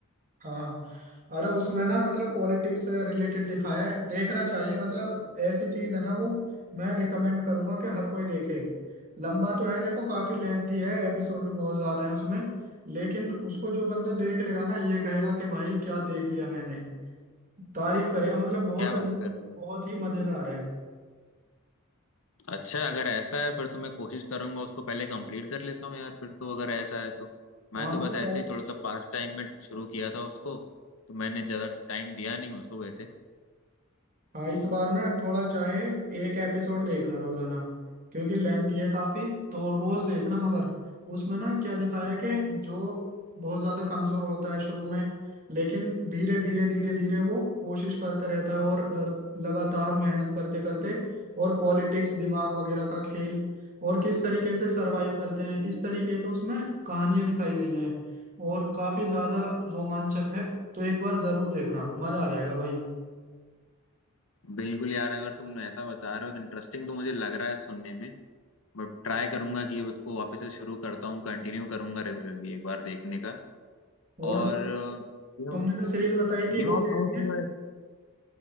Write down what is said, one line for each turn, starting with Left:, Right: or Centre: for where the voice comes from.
Right: हाँ हाँ। अरे उसमें ना मतलब पॉलिटिक्स से रिलेटेड दिखाया है देखना चाहिए मतलब ऐसी चीज है ना वो मैं रिकमेंड करूंगा कि हर कोई देखे लंबा तो है देखो काफी लेंथी है एपिसोड भी बहुत ज्यादा है उसमें लेकिन उसको जो बंदा देख लेगा ना ये कहेगा कि भाई क्या देख लिया मैंने तारीफ करेगा मतलब बहुत
Left: क्या बात कर रहे हो
Right: बहुत ही मजेदार है
Left: अच्छा अगर ऐसा है फिर तो मैं कोशिश करूंगा उसको पहले कंप्लीट कर लेता हूँ यार फिर तो अगर ऐसा है तो मैं
Right: हाँ
Left: तो बस
Right: मतलब
Left: ऐसे ही थोड़ा सा पास टाइम में शुरू किया था उसको तो मैंने ज़्यादा टाइम दिया नहीं उसको वैसे
Right: हाँ इस बार ना थोड़ा चाहे एक एपिसोड देखना रोजाना क्योंकि लेंथ है काफी तो रोज देखना मगर उसमें ना क्या दिखाया है कि जो बहुत ज्यादा कमजोर होता है शुरू में लेकिन धीरे धीरे धीरे धीरे वो कोशिश करता रहता है और अ, लगातार मेहनत करते करते और पॉलिटिक्स दिमाग वगैरह का खेल और किस तरीके से सरवाइव करते हैं इस तरीके का उसमें कहानियां दिखाई गई हैं और काफी ज्यादा रोमांचक है तो एक बार जरूर देखना मजा आ जाएगा भाई
Left: बिल्कुल यार अगर तुम ऐसा बता रहे हो तो इंटरेस्टिंग तो मुझे लग रहा है सुनने में बट ट्राई करूंगा कि अब उसको वापस से शुरू करता हूँ कंटिन्यू करूंगा रेगुलरली एक बार देखने का
Right: और
Left: और गेम
Right: तुमने जो सीरीज बताई थी
Left: गेम
Right: वो
Left: ऑफ
Right: कैसी
Left: थ्रोन्स
Right: है